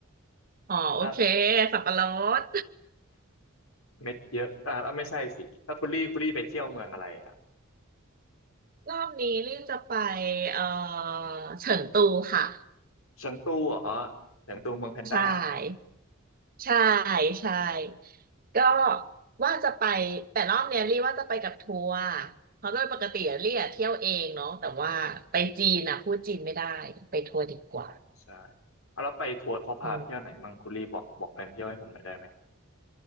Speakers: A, on the right (about 45°); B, on the left (about 80°).
A: อ๋อโอเค
B: อ่ะ
A: สับปะรด
B: เม็ดเยอะอ่ะแล้วไม่ใช่สิแล้วคุณลี่คุณลี่ไปเที่ยวเมืองอะไรอ่ะ
A: รอบนี้รีบจะไปเอ่อเฉิงตูค่ะ
B: เฉิงตูเหรอเฉิงตูเมืองแพนด้า
A: ใช่ใช่ใช่ก็ว่าจะไปแต่รอบเนี้ยรีว่าจะไปกับทัวร์เพราะโดยปกติอะรีอะเที่ยวเองเนาะแต่ว่าไปจีนอะพูดจีนไม่ได้ไปทัวร์ดีกว่า
B: อ๋อใช่เอาแล้วไปทัวร์เขาพาไปเที่ยวไหนมั่งคุณลี่บอกบอกแผนเที่ยวให้ผมหน่อยได้ไหม
A: อืม